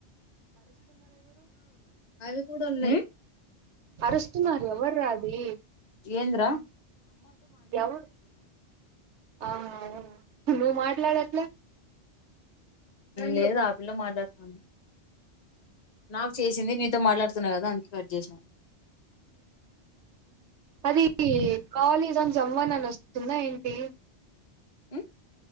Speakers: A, on the left (about 40°); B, on the right (about 75°).
A: అవి కూడా ఉన్నాయి
B: అరుస్తున్నారు ఎవర్రా అది
A: ఏంద్ర
B: <unintelligible> నువ్వు మాట్లాడట్లే
A: లేదు ఆ పిల్ల మాట్లాడుతుంది నాకు చేసింది నిదు మాట్లాడుతున్నా కదా అందుక కట్ చేసినా
B: అది కాలేజ్ అం జమ్మనని వస్తుందా ఏంటి
A: ఉ